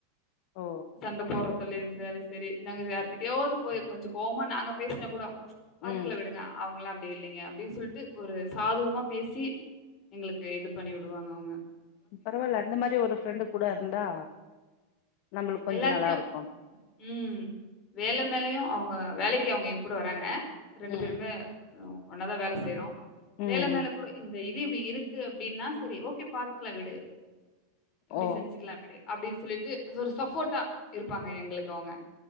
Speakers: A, on the left; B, on the left.
A: ஓ
B: சண்ட போட்றது சொல்லிஇருந்தாலு சரி நாங்க யார்கிட்டயாவது போய் கொஞ்சோ கோவமா நாங்க பேசின கூட பாத்துக்ல
A: ம்
B: விடுங்க அவுங்களா அப்டி இல்லைங்க அப்டின்னு சொல்ட்டு ஒரு சாதுவமா பேசி எங்ளுக்கு இது பண்ணி விடுவாங்க அவுங்க
A: பரவாயில்ல அந்த மாரி ஒரு ஃப்ரெண்டு கூட இருந்தா நம்மளுக்கு கொஞ்ச
B: எல்லாத்யு
A: நல்லா இருக்கு
B: ம் வேலே மேலயு அவ்ங்க வேலைக்கி அவ் என்கூட வராங்க ரெண்டு
A: ம்
B: பேருமே ஒவ் ஒன்னாதா வேல செய்றோ
A: ம்
B: வேலே மேல கூடோ இந்த இது இப்டி இரு க்கு அப்டின்னா சரி ஓகே பாத்துக்கலா விடு
A: ஓ
B: இப்டி செஞ்சிக்லா விடு அப்டி சொல்லிட்டு தொரு சஃபோர்ட்டா இருப்பாங்க எங்களுக்க அவ்ங்க